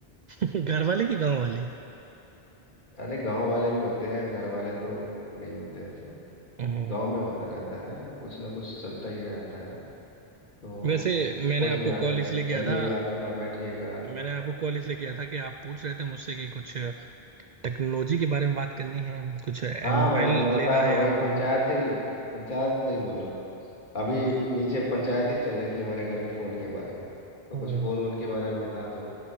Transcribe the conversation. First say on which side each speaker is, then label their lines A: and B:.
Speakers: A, on the right; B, on the left.
A: <laughs> घर वाले की गांव वाली
B: अरे गांव वाले भी होते हैं घर वाले तो नहीं होते ऐसे
A: हाँ,
B: गांव में होता रहता है वो कुछ ना कुछ चलता ही रहता है तो
A: वैसे मैंने
B: खोजने
A: आपको
B: आते
A: कॉल
B: हैं
A: इसलिए किया
B: चलिएगा
A: था
B: थोड़ा बैठिएगा
A: मैंने आपको कॉल इसलिए किया था कि आप पूछ रहे थे मुझसे कि कुछ टेक्नोलॉजी के बारे में बात करनी है कुछ अ,
B: हाँ
A: मोबाइल
B: भाई मैं बता
A: लेना
B: रहा
A: है
B: हूँ वही
A: आपको
B: पंचायत से ही पंचायत से ही बोल रहा हूँ अभी
A: हम्म,
B: नीचे पंचायत ही चल रही थी हमारे घर में फ़ोन के बारे में तो
A: हम्म।
B: कुछ फ़ोन वोन के बारे में बता दो